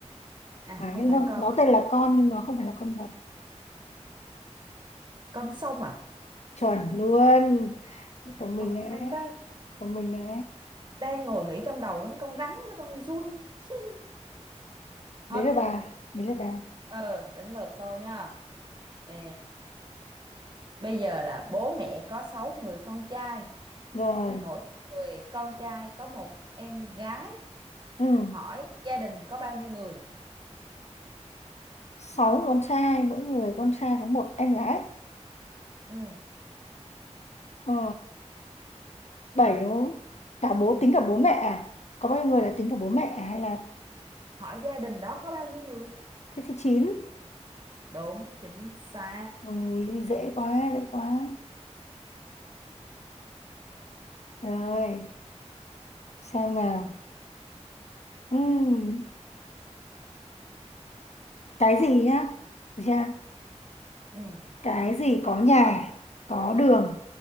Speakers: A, on the right (about 40°); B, on the left (about 65°).
A: à
B: À,
A: không
B: nhưng
A: phải
B: nó,
A: con,
B: nó tên là con nhưng nó không phải là con vật.
A: con sông à?
B: Chuẩn luôn. Thông minh
A: Ồ,
B: đấy.
A: hay thế.
B: Thông minh đấy.
A: Đang ngồi nghĩ trong đầu đến con rắn với con giun. <laughs> Hết.
B: Đấy là bà, đấy là bà.
A: Ờ, đến lượt tôi nha. Ê, bây giờ là bố mẹ có 6 người con trai,
B: Rồi,
A: mỗi người con trai có một em gái.
B: ừm,
A: Hỏi gia đình có bao nhiêu người?
B: Sáu người con trai, mỗi người con trai có một em gái.
A: Ừ,
B: Ờ. bảy đúng không cả bố tính cả bố mẹ à có bao nhiêu người là tính cả bố mẹ à? hay là
A: hỏi gia đình đó có bao nhiêu người?
B: thế thì chín
A: Đúng, chính xác.
B: ừ, dễ quá dễ quá rồi xem nào Ừm, cái gì nhá Được chưa?
A: Ừ.
B: cái gì có nhà có đường